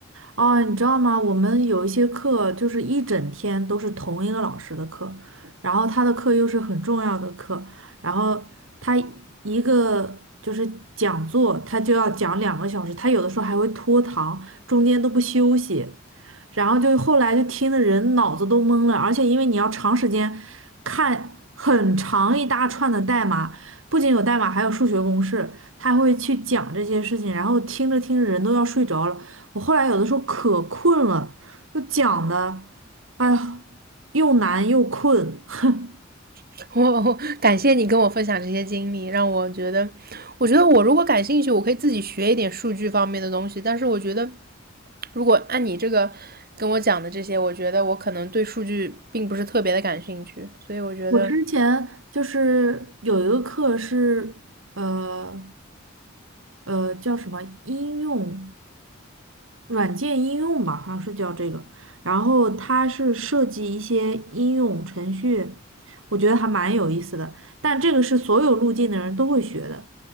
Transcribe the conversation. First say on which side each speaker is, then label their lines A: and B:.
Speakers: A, on the right; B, on the right.
A: 哦，你知道吗？我们有一些课就是一整天都是同一个老师的课，然后他的课又是很重要的课，然后他一个就是讲座，他就要讲两个小时，他有的时候还会拖堂，中间都不休息。然后就后来就听的人脑子都懵了，而且因为你要长时间看很长一大串的代码，不仅有代码，还有数学公式，他会去讲这些事情，然后听着听着人都要睡着了。我后来有的时候可困了，就讲的，哎呀，又难又困。<laughs>
B: <laughs> 我感谢你跟我分享这些经历，让我觉得，我觉得我如果感兴趣，我可以自己学一点数据方面的东西。但是我觉得，如果按你这个跟我讲的这些，我觉得我可能对数据并不是特别的感兴趣，所以我觉得
A: 我之前就是有一个课是，呃呃，叫什么应用。软件应用吧，好像是叫这个。然后它是设计一些应用程序，我觉得还蛮有意思的。但这个是所有路径的人都会学的，